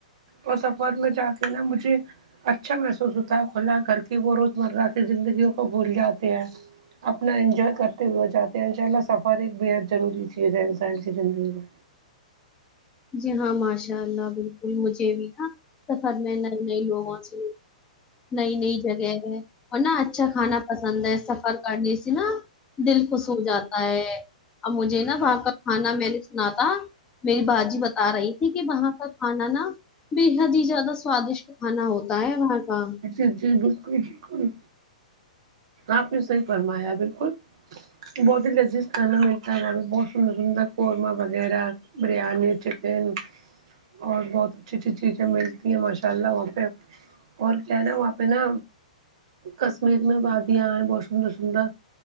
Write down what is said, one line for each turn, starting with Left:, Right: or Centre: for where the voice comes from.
Right: اور سفر میں جا کے نا مجھے اچھا محسوس ہوتا ہے کھلا گھر کی وہ روز مرہ کی زندگیوں کو بھول جاتے ہیں اپنا انجوائے کرتے ہوئے جاتے ہیں ان شاء اللہ سفر ایک بےحد ضروری چیز ہے انسان کی زندگی میں
Left: جی ہاں ماشاء اللہ بالکل مجھے بھی نا سفر میں نئے نئے لوگوں سے می نئی نئی جگہ ہے اور نا اچھا کھانا پسند ہے سفر کرنے سے نا دل خوش ہو جاتا ہے اب مجھے نا وہاں کا کھانا میں نے سنا تھا میری بھان جی بتا رہی تھی کہ وہاں کا کھانا نا بے حد ہی زیادہ سوادشٹ کھانا ہوتا ہے وہاں کا
Right: جی جی بالکل بالکل آپ نے صحیح فرمایا بالکل بہت ہی لذیذ کھانا ملتا ہے وہاں بہت سندر سندر قورمہ وغیرہ بریانی چکن اور بہت اچھی اچھی چیزیں ملتی ہیں ماشاء اللہ وہاں پہ اور کیا ہے نا وہاں پہ نا کشمیر میں وادیاں ہے بہت سندر سندر